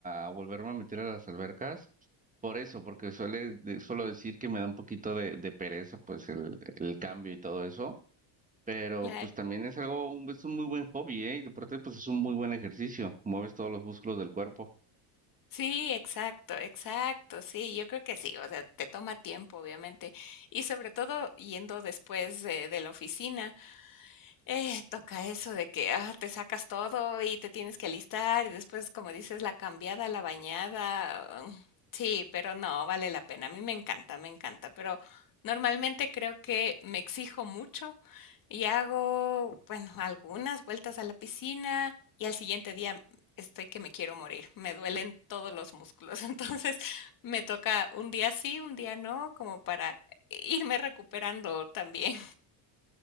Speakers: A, on the right (about 15°); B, on the left (about 45°).
A: a volverme a meter a las albercas. Por eso, porque suele, de- suelo decir que me da un poquito de, de pereza, pues el, el cambio y todo eso. Pero
B: Claro.
A: pues también es algo, un- es un muy buen hobby, ¿eh? Y aparte pues es un muy buen ejercicio, mueves todos los músculos del cuerpo.
B: Sí, exacto, exacto, sí, yo creo que sí, o sea, te toma tiempo, obviamente, y sobre todo yendo después de, de la oficina. Eh, toca eso de que, ah, te sacas todo y te tienes que alistar y después, como dices, la cambiada, la bañada. mm, Sí, pero no, vale la pena. A mí me encanta, me encanta, pero normalmente creo que me exijo mucho y hago, bueno, algunas vueltas a la piscina y al siguiente día estoy que me quiero morir. Me duelen todos los músculos. <laughs> Entonces, me toca un día sí, un día no, como para irme recuperando también.